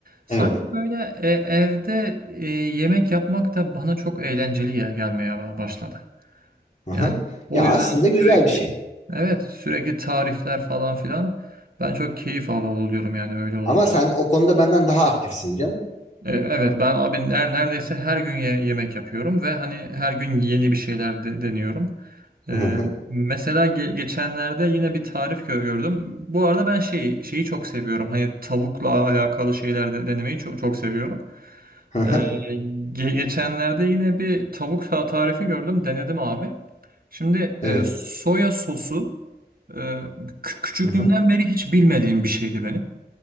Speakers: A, on the right; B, on the left.
A: sanki
B: Evet.
A: böyle e, evde e, yemek yapmak da bana çok eğlenceli ya, gelmeye ba- başladı.
B: Aha.
A: Yani o
B: Ya
A: yüzden
B: aslında
A: sürekli
B: güzel bir şey.
A: evet sürekli tarifler falan filan ben çok keyif al- alıyorum yani öyle olunca.
B: Ama sen o konuda benden daha aktifsin canım.
A: E, Evet ben abi ner- neredeyse her gün ye- yemek yapıyorum ve hani her gün yeni bir şeyler de- deniyorum. E,
B: Hı hı.
A: mesela ge- geçenlerde yine bir tarif gö- gördüm. Bu arada ben şeyi şeyi çok seviyorum. Hani tavukla alakalı şeyler de denemeyi çok çok seviyorum.
B: Hı hı.
A: E, ge- geçenlerde yine bir tavuk ta- tarifi gördüm. Denedim abi. Şimdi
B: Evet.
A: e, soya sosu e, kü- küçüklüğümden
B: Hı hı.
A: beri hiç bilmediğim bir şeydi benim.